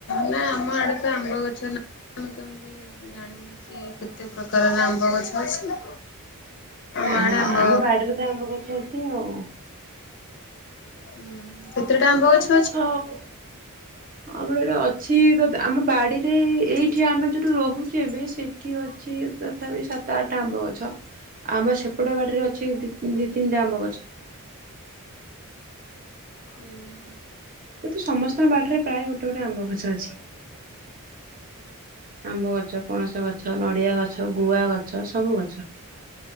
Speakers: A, on the left (about 55°); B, on the right (about 40°).
A: ନା ଆମ ଆଡେ ତ ଆମ୍ବ ଗଛ ନା ମୁଁ କେମିତି ଜାଣିବି। ଜାଣିବୁ କି କେତେ ପ୍ରକାରର ଆମ୍ବ ଗଛ ଅଛି। ଆମ
B: ହଁ
A: ଆଡେ ଆମ୍ବ
B: ଆମ ବାଡିରେ ତ ଆମ୍ବ ଗଛ ଅଛି ଆଉ।
A: ହୁଁ କେତେଟା ଆମ୍ବ ଅଛି।
B: ହଉ ଆମର ଏଇଟା ଅଛି ତ ଆମ ବାଡିରେ। ଏଇଠି ଆମେ ଯୋଉଠୁ ରହୁଛୁ ଏବେ ସେଇଠି ଅଛି ତଥାପି ସାତ ଆଠଟା ଆମ୍ବ ଗଛ। ଆମ ସେପଟ ବାଡ଼ିରେ ଅଛି ଦି ଦି ତିନିଟା ଆମ୍ବ ଗଛ।
A: ହୁଁ ହୁଁ।
B: କିନ୍ତୁ ସମସ୍ତଙ୍କ ବାଡିରେ ପ୍ରାୟ ଗୋଟେ ଗୋଟେ ଆମ୍ବ ଗଛ ଅଛି। ଆମ୍ବ ଗଛ, ପଣସ ଗଛ, ନଡିଆ ଗଛ, ଗୁଆ ଗଛ ସବୁ ଗଛ।